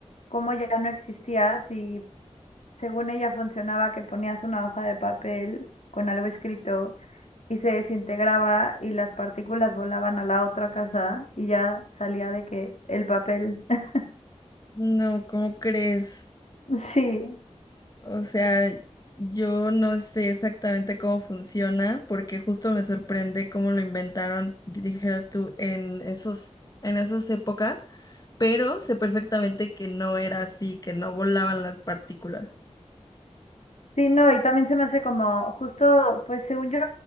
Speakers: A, on the left; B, on the left.
A: como ya no existía, si Según ella funcionaba que ponías una hoja de papel con algo escrito y se desintegraba y las partículas volaban a la otra casa y ya salía de que el papel. <laughs>
B: No, ¿cómo crees?
A: Sí,
B: O sea, yo no sé exactamente cómo funciona, porque justo me sorprende cómo lo inventaron, dijeras tú, en esos, en esas épocas, pero sé perfectamente que no era así, que no volaban las partículas.
A: sí, no, y también se me hace como justo, pues según yo,